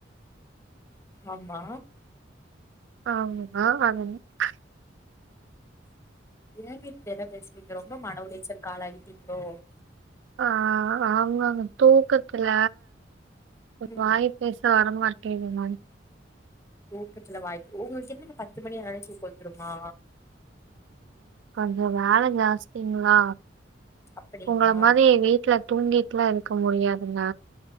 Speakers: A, on the left; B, on the right.
A: ஆமா
B: ஆமா அது <unintelligible>
A: ஏங்கிட் என்ன பேசிறீங்க. ரொம்ப மன உளைச்சலுக்கு ஆளாயிட்டீங்ளோ?
B: ஆஹ் அமாங்க தூக்கத்ல
A: ம்
B: வாய் பேச வரமாட் கே வி மான்
A: தூக்கத்ல வாய் ஒங்களுக்கு என்னங்க பத்து மணி ஆனோன்னே தூக்கோ வந்ருமா?
B: <unintelligible> ஜாஸ்திங்ளா,
A: அப்படிங்களா
B: உங்கள மாரி ஏ வீட்ல தூங்கிட் டுலா இருக்க முடியாதுங்க